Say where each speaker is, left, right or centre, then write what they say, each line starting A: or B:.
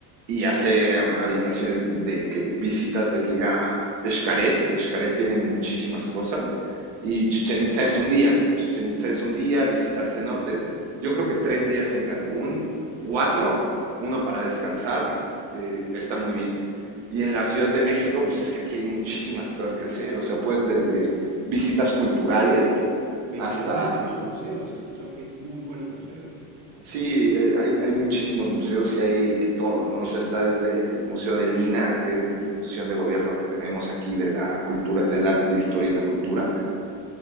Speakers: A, on the right; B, on the right.
A: y hacer habitaciones de que visitas de que ir a Xcaret. Xcaret tiene muchísimas cosas y Chichén Itzá es un día. Chichén Itzá es un día, visitar cenotes. Yo creo que tres días en Cancún, cuatro, uno para descansar, eh, está muy bien. Y en la Ciudad de México, pues es que aquí hay muchísimas cosas que hacer. O sea, pues desde visitas culturales
B: Me
A: hasta,
B: interesan mucho los museos, he escuchado que hay muy buenos museos.
A: sí, eh, hay, hay muchísimos museos y hay de todo, ¿no? O sea, está desde el Museo de Lina, que es la institución de gobierno que tenemos aquí de la cultura, del arte, la historia y la cultura,